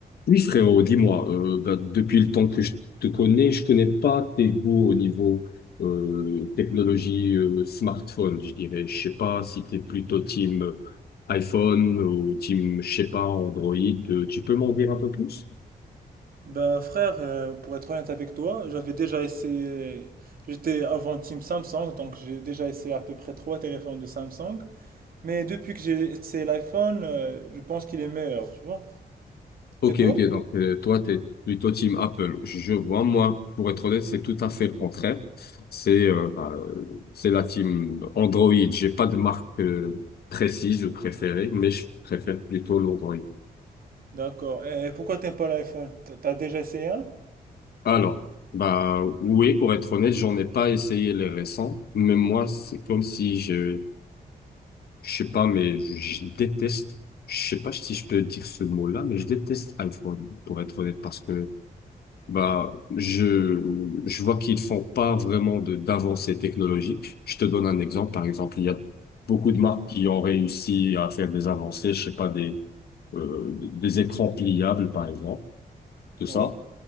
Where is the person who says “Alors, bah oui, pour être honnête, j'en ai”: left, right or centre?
Left